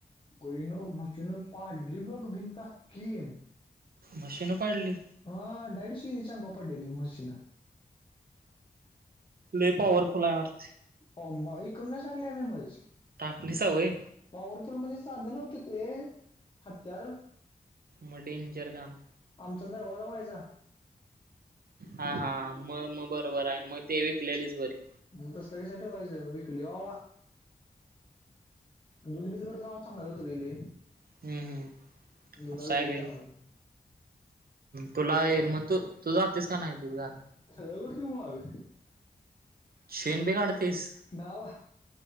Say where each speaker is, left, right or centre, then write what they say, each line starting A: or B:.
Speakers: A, on the left; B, on the right.
A: गोइनं मशीनं पाडली बघ भिंता अक्किम.
B: मशिनं पाडली?
A: आ डेडशी चांगव पाडलेली मशीना.
B: लई पॉवरफुल आहे वाटते.
A: पो म इकडनं टाकले आम्ही म्हीस.
B: टाकली सवय
A: पावरफुल म्हणजे साद्या होते नव्हते हत्यार.
B: म डेंजर गाम.
A: आमचा दरवाजा व्हायजा.
B: हा हा म म बरोबर आहे म ते विकलेलीच बरी.
A: म तसलं कशाला ठेवायच विकल्या वावा. दुध बिध करतला आवाज चांगला होतं बी ले.
B: हम्म हम्म
A: दुधा
B: असं
A: बी झाली
B: हाय व्हय.
A: चांगलं.
B: तुला
A: पण
B: हे म तो तूझा होतेस का नाही दुध घाला?
A: सगळं करती मगं.
B: शेन बी काढतेस?
A: बाबा